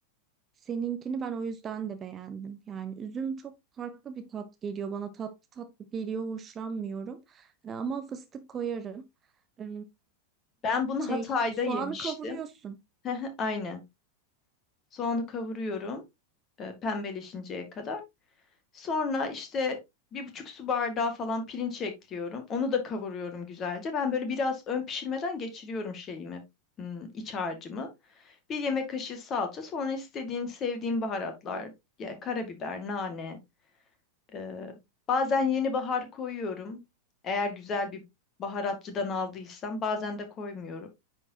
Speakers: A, on the right; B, on the left.
A: seninkini ben o yüzden de beğendim. Yani üzüm çok farklı bir tat geliyor bana. Tatlı tatlı geliyor, hoşlanmıyorum. E, Ama fıstık koyarım. Ee,
B: Ben bunu
A: Şey,
B: Hatay'da
A: soğanı
B: yemiştim.
A: kavuruyorsun.
B: <laughs> Aynen. Soğanı kavuruyorum e, pembeleşinceye kadar. Sonra işte bir buçuk su bardağı falan pirinç ekliyorum. Onu da kavuruyorum güzelce. Ben böyle biraz ön pişirmeden geçiriyorum şeyimi, hmm, iç harcımı. Bir yemek kaşığı salça. Sonra istediğin, sevdiğin baharatlar. Ya, karabiber, nane. e, bazen yeni bahar koyuyorum. Eğer güzel bir baharatçıdan aldıysam. Bazen de koymuyorum.